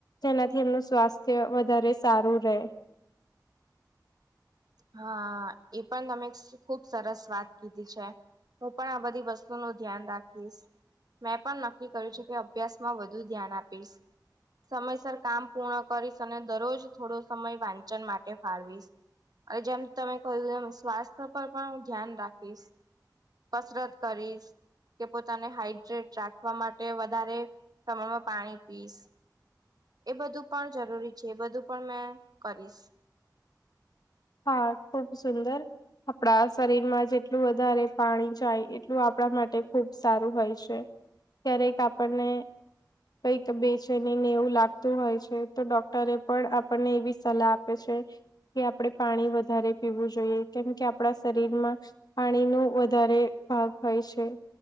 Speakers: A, on the left; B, on the right.
A: જેનાથી એમનું સ્વાસ્થ્ય વધારે સારું રેહ.
B: હા, એ પણ તમે ખુબ સરસ વાત કીધી. છે. હું પણ આ બધી વસ્તુ નું ધ્યાન રાખીશ. મેં પણ નક્કી કર્યું છે કે અભ્યાસ માં વધુ ધ્યાન આપીશ. સમયસર કામ પૂર્ણ કરીશ અને દરરોજ થોડો સમય વાંચન માટે ફાળવીશ. અને જેમ તમે કહ્યું એમ સ્વાસ્થ્ય પર પણ હું ધ્યાન રાખીશ. કસરત કરીશ. કે પોતાને હાઈડ્રેટ રાખવા માટે વધારે પ્રમાણમાં પાણી પીશ. એ બધું પણ જરૂરી છે, એ બધું પણ મેં કરીશ.
A: હા, ખૂબ સુંદર. આપડા શરીરમાં જેટલું વધારે પાણી જાય એટલું આપડા માટે ખુબ સારું હોય છે. ક્યારેક આપણને. કઈક બેચીની ને એવું લાગતું હોય છે, તો ડોક્ટરે પણ આપણને એવી સલાહ આપે છે. આપણડે પાણી વધારે પીવું જોઈએ કેમ કે આપણા શરીરમાં પાણીનું વધારે ભાગ હોય છે.